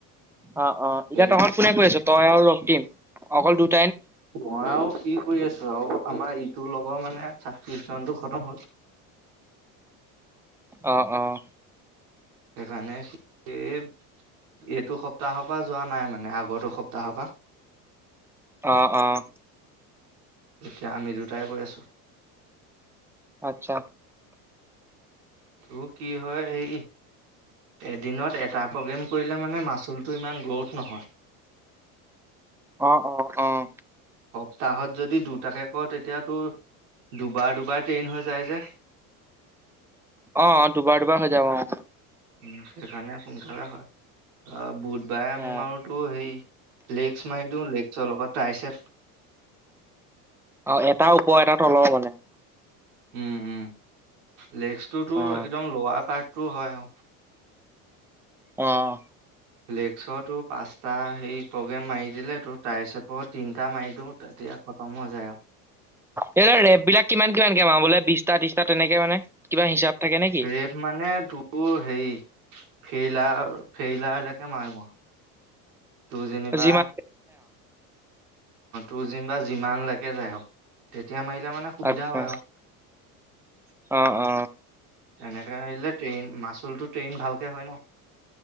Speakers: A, in the centre; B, on the right (about 75°).
A: অঁ অঁ। এতিয়া
B: হেৰি
A: তহঁত কোনে কৰি আছ' তই আৰু ৰক্ তিম, অকল দোত
B: মই আৰু সি কৰি আছো আৰু আমাৰ ইটো লগৰৰ মানে ছাব্ছক্ৰিপচনটো খতম হ'ল।
A: অঁ অঁ।
B: সেইকাৰণে সি এইটো সপ্তাহৰ পৰা যোৱা নাই মানে আগৰতো সপ্তাহৰ পৰা।
A: অঁ অঁ।
B: এতিয়া আমি দুটাই কৰি আছোঁ।
A: আত্ছা।
B: তোৰ কি হয় এই এদিনত এটা প্ৰগ্ৰেম কৰিলে মানে মাচলটো ইমান গ্ৰ'থ নহয়।
A: অঁ অঁ অঁ।
B: সপ্তাহত যদি দুটাকে কৰ' তেতিয়া তোৰ দুবাৰ দুবাৰ ট্ৰেইন হৈ যায় যে।
A: অঁ দুবাৰ দুবাৰ হৈ যাব অঁ।
B: উম, সেইকাৰণে সোনকালে হয়। তহ বুধবাৰে
A: অ',
B: আমি মাৰো তোৰ হেৰি লেগছ মাৰি দিওঁ, লেগছৰ লগত ট্ৰাইছেপ।
A: অঁ এটা ওপৰৰ এটা তলৰ মানে?
B: উম উম। লেগছটো তোৰ
A: অ',
B: একদম ল'ৱাৰ পাৰ্টটো হয় আৰু।
A: অঁ।
B: লেগছৰটো পাঁচটা সেই প্ৰগ্ৰেম মাৰি দিলে তোৰ ট্ৰাইছেপৰ তিনিটা মাৰি দিওঁ তা তে খতম হৈ যায় আৰু।
A: এতিয়া তই ৰেপ বিলাক কিমান কিমানকে মাৰ' বোলে বিশটা ত্ৰিশটা তেনেকে মানে? কিবা হিচাপ থাকে নেকি?
B: ৰেপ মানে তোৰ হেৰি ফেইলাৰ ফেইলাৰলৈকে মাৰো মই, তোৰ যেনিবা
A: যিমান
B: তোৰ যেনিবা যিমান লৈকে যায় আৰু। তে এতিয়া মাৰিলে মানে সুবিধা
A: আচ্ছা
B: হয় আৰু।
A: অ অ
B: তেনেকৈ মাৰিলে ট্ৰেইন মাচুলটো ট্ৰেইন ভালকে হয় ন।